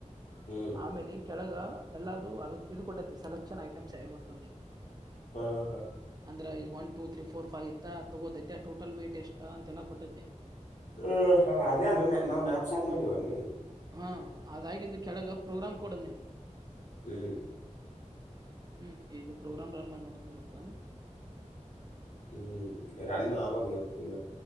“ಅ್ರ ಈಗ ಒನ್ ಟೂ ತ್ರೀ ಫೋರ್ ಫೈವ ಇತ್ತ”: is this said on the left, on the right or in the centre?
Right